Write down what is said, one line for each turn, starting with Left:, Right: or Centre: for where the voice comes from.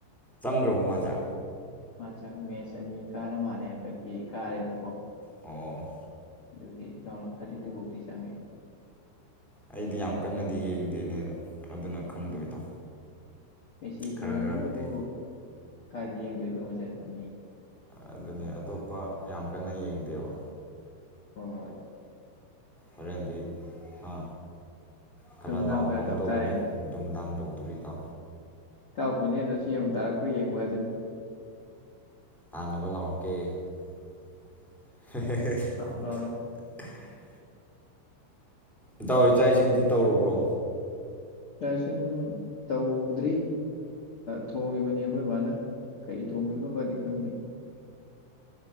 Centre: ꯆꯪꯈ꯭ꯔꯕ ꯃꯥꯖꯥ
Left: ꯃꯥꯆꯪ ꯃꯦꯠꯆ ꯑꯅꯤ ꯀꯥꯔ ꯃꯥꯜꯂꯦ ꯍꯟꯗꯛꯀꯤ ꯀꯥꯔꯦꯕꯀꯣ
Centre: ꯑꯣ
Left: ꯑꯗꯨꯒꯤ ꯔꯥꯎꯟ ꯑꯣꯜ ꯊꯥꯔꯇꯤꯗꯨꯨꯕꯨꯥꯎꯤ ꯆꯪꯉꯏ
Centre: ꯑꯩꯗꯤ ꯌꯥꯝ ꯀꯟꯅꯗꯤ ꯌꯦꯡꯗꯦꯅꯦꯗ ꯑꯗꯨꯅ ꯈꯪꯗꯣꯏꯗ
Left: ꯎꯝ ꯃꯦꯁꯤ ꯐꯦꯃꯤꯂꯤꯅꯕꯨ
Centre: ꯈꯔ ꯈꯔꯕꯨꯗꯤ
Left: ꯀꯥꯏꯗ ꯌꯦꯡꯗꯣꯏꯅꯣ ꯑꯣꯏꯖꯔꯝꯃꯅꯤ
Centre: ꯑꯗꯨꯅꯦ ꯑꯇꯣꯞꯄ ꯌꯥꯝ ꯀꯟꯅ ꯌꯦꯡꯗꯦꯕ
Left: ꯍꯣꯏ ꯍꯣꯏ
Centre: ꯍꯣꯔꯦꯟꯗꯤ ꯑ ꯈꯔ
Left: ꯗꯨꯝꯗꯥꯝ
Centre: ꯂꯥꯎ ꯈꯣꯡ
Left: ꯇꯧ
Centre: ꯇꯧꯒꯅꯤ
Left: ꯇꯥꯔꯦꯅꯦ
Centre: ꯅꯨꯡꯗꯥꯡ ꯇꯧꯗꯣꯔꯤꯗꯣ
Left: ꯀꯥꯎ ꯈꯣꯟꯖꯦꯜꯗꯣ ꯁꯤ ꯌꯦꯡꯨꯛ ꯇꯥꯔꯛꯄ꯭ꯔꯥ ꯌꯦꯡꯕ ꯑꯗꯨꯅꯤ
Centre: ꯇꯥꯟꯅꯕ ꯂꯥꯎꯔꯛꯀꯦ <inaudible>
Left: ꯂꯥꯎꯔꯣ ꯂꯥꯎꯔꯣ
Centre: ꯏꯇꯎ ꯏꯆꯥ ꯏꯁꯤꯡꯗꯤ ꯇꯧꯔꯕ꯭ꯔꯣ
Left: ꯆ ꯆꯥꯛ ꯏꯁꯤꯡ ꯇꯧꯗ꯭ꯔꯤ ꯊꯣꯡꯉꯤꯕꯅꯤ ꯑꯩꯈꯣꯏ ꯏ ꯃꯥꯅ ꯀꯩ ꯊꯣꯡꯈꯤꯕꯕꯅꯣꯕꯗꯤ ꯈꯪꯗꯦ